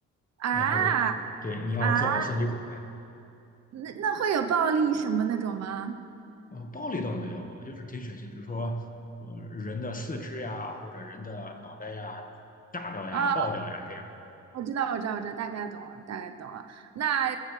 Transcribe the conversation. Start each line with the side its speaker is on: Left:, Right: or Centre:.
Right: 啊
Left: 然后对你要做好心理准备。
Right: 啊，那那会有暴力什么那种吗？
Left: 呃，暴力倒没有，就是挺血腥，比如说呃人的四肢呀，或者人的脑袋呀，炸掉呀、
Right: 啊，
Left: 爆掉呀这样。
Right: 我知道，我知道，我知道，大概懂了，大概懂了。那